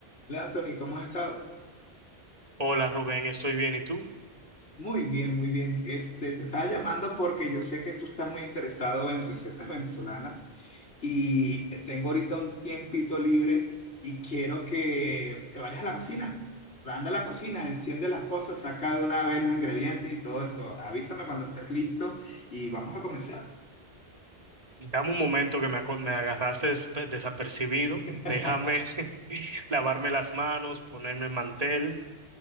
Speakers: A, on the left; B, on the right.
A: Hola Anthony, ¿cómo has estado?
B: Hola Rubén, estoy bien. ¿Y tú?
A: Muy bien, muy bien. Este, te estaba llamando porque yo sé que tú estás muy interesado en recetas venezolanas y tengo ahorita un tiempito libre y quiero que te vayas a la cocina. Anda a la cocina, enciende las cosas, saca de una vez los ingredientes y todo eso. Avísame cuando estés listo y vamos a comenzar.
B: Dame un momento que me, aco- me agarraste despe- desapercibido.
A: <laughs>
B: Déjame <laughs> lavarme las manos, ponerme el mantel.